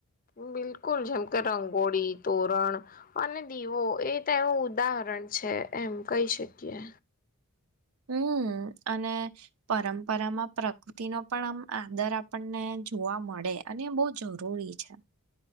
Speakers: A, on the left (about 40°); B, on the right (about 80°).
A: બિલકુલ જેમ કે રંગોળી, તોરણ અને દીવો એ તો એવું ઉદાહરણ પણ છે એમ કહી શકીએ.
B: હમમ અને પરંપરામાં પ્રકૃતિ નો પણ આમ આદર આપણને જોવા મળે અને બો જરૂરી છે.